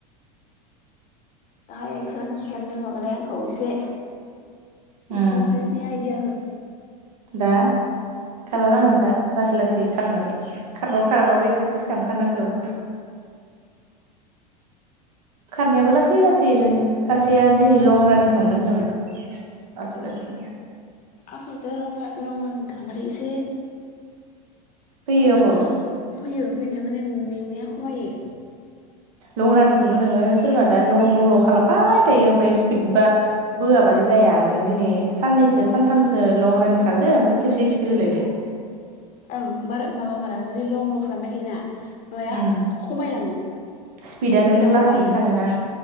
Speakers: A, on the left; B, on the right.
A: दाहाय एक्सारसाइस खालामनो माबालाय आंखौ एसे
B: उम
A: एक्सारसाइसनि आइडिया हो
B: दा खालामनांगोन
A: उम
B: दा लासै लासै खारनानै खारबाबो खाराबाबो एक्सारसाइस खामखानांगौ । खारनायाबो लासै लासै रो सासेया दिनै लं रानिं खामगोन होनदोंमोन । लासै लासै?
A: आसलथे लं रानिं लं रानिं खालामबाथाय एसे
B: फैयो
A: माने
B: ह
A: स फैयो फैनाया माने मेंनाया खमायो ।
B: लं रानिंखौबो नोङो सोरबा दा लं ल' खालामबाय थायो ओमफफाय स्पिड बा बोआबाथाय जाया नों दिनै साननैसो सानथामसो लं रानिं खारदो ओमफाय खेबसे स्पिद होलायदो ‌
A: ओं बारा माबा मारा जुदि लंल' खालामबाय थायोना नया
B: उम
A: खमायलाङो
B: स्पिडा
A: स्पिडआ
B: नोङो लासैनो
A: खमायो ।
B: थाङोना